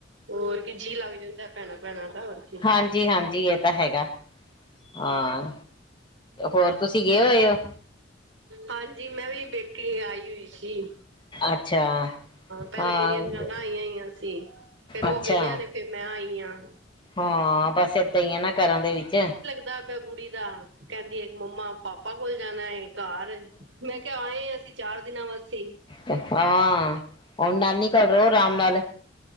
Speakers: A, on the right; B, on the left.
A: ਹੋਰ ਕੀ ਜੀਅ ਲੱਗ ਜਾਂਦਾ ਭੈਣਾ - ਭੈਣਾਂ ਦਾ, ਹੋਰ ਕੀ
B: ਹਾਂਜੀ- ਹਾਂਜੀ, ਇਹ ਤਾਂ ਹੈਗਾ, ਹਾਂ ਹੋਰ ਤੁਸੀ ਗਏ ਹੋਏ ਹੋ
A: ਹਾਂਜੀ, ਮੈਂ ਵੀ ਪੇਕੇ ਆਈ ਹੋਈ ਸੀ,
B: ਅੱਛਾ
A: ਪਹਿਲੇ
B: ਹਾਂ
A: ਮੇਰੀਆਂ ਨਨਾਣਾ ਆਇਆਂ ਹੀਆਂ ਸੀ ਫੇਰ ਉਹ
B: ਅੱਛਾ
A: ਗਈਆਂ ਨੇ, ਫੇਰ ਮੈਂ ਆਈ ਆਂ
B: ਹਾਂ ਬਸ ਏਦਾਂ ਹੀ ਹੈਨਾ, ਘਰਾਂ ਦੇ ਵਿਚ-
A: ਦਾ ਪਿਆ ਗੁੜੀ ਦਾ, ਕਹਿੰਦੀ ਏ ਮੰਮਾ, ਪਾਪਾ ਕੋਲ ਜਾਣਾ ਹੈ। ਘਰ, ਮੈਂ ਕਿਹਾ ਆਏ ਅਸੀਂ, ਚਾਰ ਦਿਨਾਂ ਵਾਸਤੇ ਈ
B: ਪਾਪਾ, ਹੁਣ ਨਾਨੀ ਕੋਲ ਰਹੋ ਆਰਾਮ ਨਾਲ